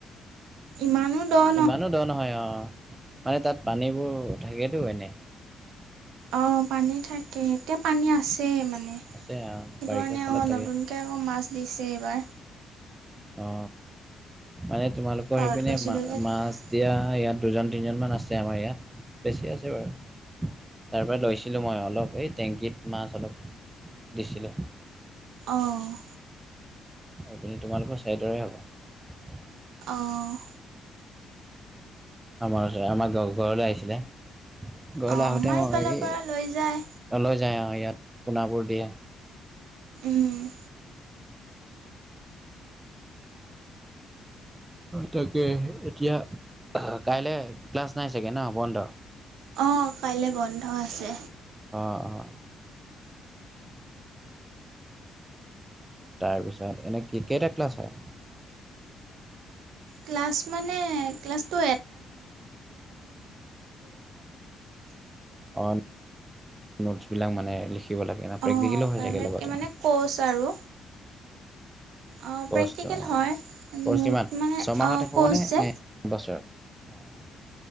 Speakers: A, on the right; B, on the right.
A: ইমানো দ
B: ইমানো দৰ নহয় অহ, মানে তাত পানীবোৰ থাকেতো এনে
A: অঁ, পানী থাকে। এতিয়া পানী আছেই মানে।
B: আছে অঁ
A: সেইটো
B: বাৰিষা
A: কাৰণে
B: কালত
A: আকৌ
B: থাকে
A: নতুনকৈ আকৌ মাছ দিছে এইবাৰ।
B: অ, মানে তোমালোকৰ
A: ঘৰত
B: সেইপিনে
A: গৈছিলোঁ
B: মা
A: যে তেতিয়া
B: মাছ দিয়া ইয়াত দুজন তিনিজনমান আছে আমাৰ ইয়াত বেছি আছে বাৰু তাৰ পৰা লৈছিলো মই অলপ এই টেংকিত মাছ অলপ দিছিলো।
A: অ'।
B: এইপিননি তোমালোকৰ চাই দৰে হ'ব।
A: অহ।
B: আমাৰ ওচৰত আমাৰ ঘৰলৈ আহিছিলে। গৈলে
A: অঁ
B: আহোতে
A: আমাৰ
B: মই
A: এইফালৰ
B: এই
A: পৰা লৈ যায়
B: লৈ যাই আৰু আ ইয়াত কোণাবোৰ দিয়ে।
A: উম,
B: তাকে এতিয়া কাইলে ক্লাছ নাই চাগে ন বন্ধ
A: অঁ কাইলৈ বন্ধ আছে।
B: অ', - অ', তাৰপিছত এনে ক্ৰিকেটা ক্লাছ হয়।
A: ক্লাছ মানে ক্লাছটো
B: অ, নোটছ বিলাক মানে লিখি- কি'ব লাগে না প্ৰেক্টিকেলো
A: অঁ
B: হৈ
A: প্ৰাইভেটকৈ
B: থাকে লগতে।
A: মানে ক'ৰ্চ আৰু অঁ
B: কৰ্চত।
A: প্ৰেক্টিকেল হয়
B: কৰ্চ
A: নোট
B: কিমান?
A: মানে
B: ছমাহত
A: অঁ
B: শেষ
A: ক'ৰ্চ
B: হ'বনে নে?
A: যে
B: নে এবছৰ? অ',